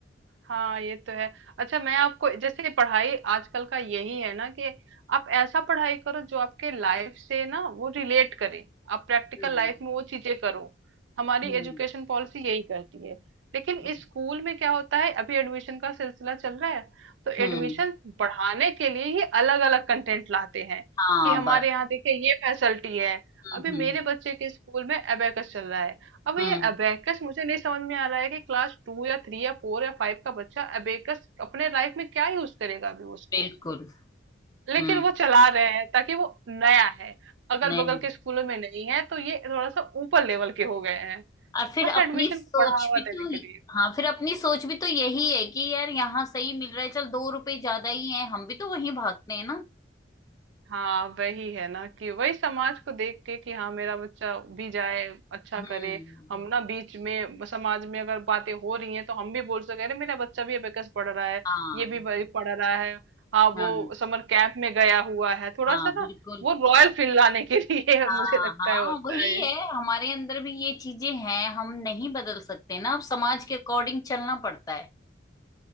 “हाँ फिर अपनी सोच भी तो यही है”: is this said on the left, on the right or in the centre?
Left